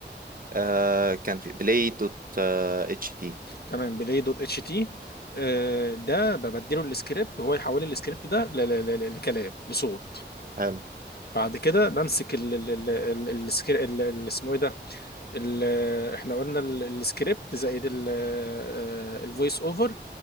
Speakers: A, on the right (about 50°); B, on the left (about 60°).
A: آه كان في بلاي دوت آه اتش تي
B: تمام بلاي دوت اتش تي آه، ده ببدله السكريبت وهو يحول لي السكريبت ده ل- ل- ل- لكلام لصوت
A: حلو
B: بعد كده بمسك ال ال ال ال- السكر- ال- ال- اسمه ايه ده ال- احنا قلنا ال- السكريبت زائد الفويس اوفر